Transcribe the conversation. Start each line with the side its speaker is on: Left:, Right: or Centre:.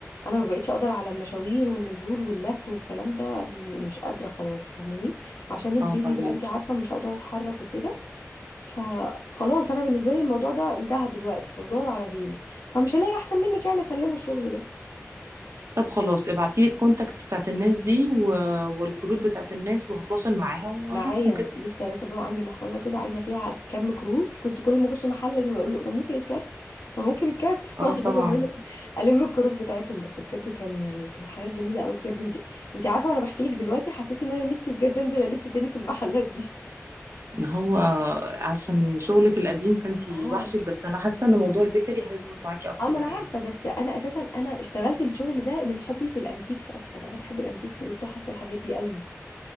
Left: انا ما بقتش اقدر على المشاوير والنزول واللف والكلام ده م- مش قادره خلاص فاهماني عشان البيبي
Right: اه فاهمك
Left: بقى انتي عارفه مش هقدر اتحرك وكده فخلاص انا بالنسبه لي الموضوع ده انتهى دلوقتي فبدور على غيره فمش هلاقي احسن منك يعني اسلمه الشغل ده
Right: طب خلاص ابعتيلي الكونتاكتس بتاعت الناس دي و... والكروت بتاعت الناس وهتواصل معاها وهشوفهم
Left: معايا
Right: كده
Left: لسه لسه برضه عندي محفظه كده عاينه فيها كم كروت كنت كل ما اخش محل لازم اقول له طب ممكن الكارت طب ممكن الكارت <laughs>
Right: اه
Left: واحد
Right: طبعا
Left: اخد منه الم الكروت بتاعتهم بس بجد كان يعني كان حاجه جميله قوي بجد انت انت عارفه وانا بحكي لك دلوقتي حسيت ان انا نفسي بجد انزل الف تاني في المحلات دي
Right: ما هو عشان شغلك القديم فانتي
Left: اه
Right: وحشك بس انا حاسه ان موضوع البيكري هيظبط معاكي اكتر
Left: اه ما
Right: الايام
Left: انا عارفه بس انا اساسا انا اشتغلت الشغل ده من حبي في الانتيكس اصلا انا بحب الانتيكس والتحف والحاجات دي قوي